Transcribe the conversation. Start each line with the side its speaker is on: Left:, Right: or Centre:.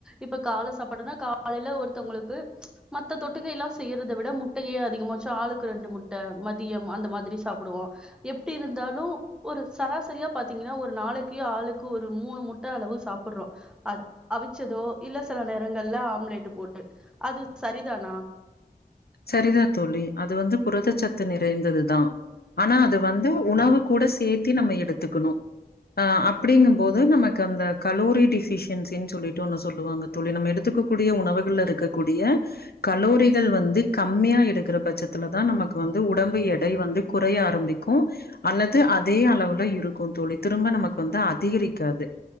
Centre: இப்ப கால சாப்பாடுனா காலைல ஒருதவங்ளுக்கு மத்த தொட்டுக்க எல்லா செய்யறத விட முட்டையே அதிகமாச்சு ஆளுக்கு ரெண்டு முட்ட மதியம் அந்த மாதிரி சாப்டுவோ எப்டி இருந்தாலு ஒரு சராசரியா பாத்தீங்கன்னா ஒரு நாளைக்கு ஆளுக்கு ஒரு மூணு முட்ட அளவு சாப்ர்றோ அத் அவிச்சதோ இல்ல சில நேரங்கள்ல ஆம்லேட்டு போட்டு அது சரிதானா
Left: சரிதா தோழி அது வந்து புரதச்சத்து நிறைந்ததுதா ஆனா அது வந்து உணவு கூட சேர்த்தி நம்ப எடுத்துக்குணு ஆஹ் அப்டிங்கும்போது நமக்கு அந்த கலோரி டிஃபிஷன்சினு சொல்லிட்டு ஒன்னு சொல்லுவாங்க தோழி நம்ப எடுத்துக்க கூடிய உணவுகள்ல இருக்கக்கூடிய கலோரிகள் வந்து கம்மியா எடுக்கற பட்சத்துல தா நமக்கு வந்து உடம்பு எடை வந்து குறைய ஆரம்பிக்கு அல்லது அதே அளவுல இருக்கு தோழி திரும்ப நமக்கு வந்து அதிகரிக்காது